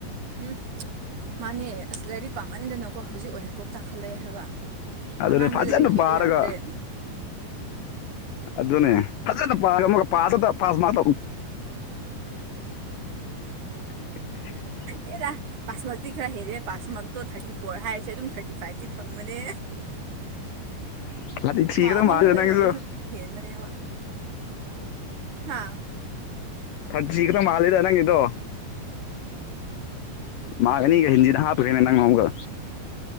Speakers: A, on the right; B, on the left.
A: ꯎꯝ ꯃꯥꯅꯦ ꯑꯁ ꯂꯥꯏꯔꯤꯛ ꯄꯥꯝꯃꯟꯗꯅꯀꯣ ꯍꯧꯖꯤꯛ ꯑꯣꯏꯅ ꯀꯣꯛ ꯆꯥꯛꯈꯠꯂꯛꯑꯦ ꯍꯥꯏꯕ
B: ꯑꯗꯨꯅꯦ
A: ꯑꯉꯥꯡꯗ
B: ꯐꯖꯅ
A: ꯂꯥꯏꯔꯤꯛ ꯍꯩꯕ
B: ꯄꯥꯔꯒ
A: ꯌꯥꯗ꯭ꯔꯦ
B: ꯑꯗꯨꯅꯦ ꯐꯖꯅ ꯄꯥꯔꯝꯄꯒ ꯄꯥꯁ ꯈꯇ ꯄꯥꯁ ꯃꯥꯛ ꯇ <unintelligible>
A: ꯑꯦꯔꯥ ꯄꯥꯁꯃꯛꯇꯤ ꯈꯔ ꯍꯦꯜꯂꯦ ꯄꯥꯁꯃꯛꯇꯣ ꯊꯥꯔꯇꯤ ꯐꯣꯔ ꯍꯥꯏꯔꯁꯦ ꯑꯗꯨꯝ ꯊꯥꯔꯇꯤ ꯐꯥꯏꯇꯤ ꯐꯪꯕꯅꯦ
B: ꯇꯧꯕꯗꯣ ꯊꯤꯒꯗꯕ
A: ꯃꯥꯛ ꯑꯃ
B: ꯃꯥꯜꯂꯦꯗ
A: ꯈꯇꯪ
B: ꯅꯪꯁꯨ
A: ꯑꯣꯏꯔꯁꯨ ꯍꯦꯟꯕꯅꯦ ꯍꯋꯥ ꯍꯥꯥ
B: ꯀꯟꯗ꯭ꯔꯤꯒꯗꯕ ꯃꯥꯜꯂꯦꯗ ꯅꯪꯒꯤꯗꯣ ꯃꯥꯒꯅꯤꯒ ꯍꯤꯟꯖꯤꯗ ꯍꯥꯞꯄꯨꯔꯦꯅꯦ ꯅꯪ ꯑꯃꯨꯒ